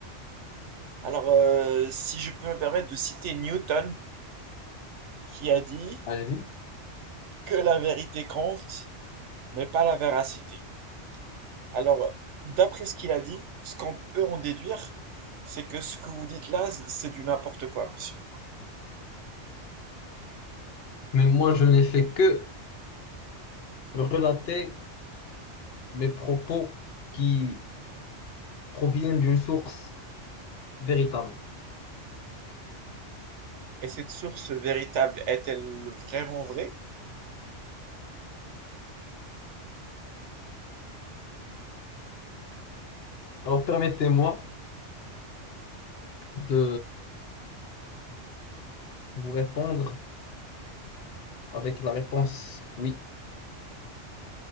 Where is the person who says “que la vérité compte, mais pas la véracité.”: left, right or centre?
Right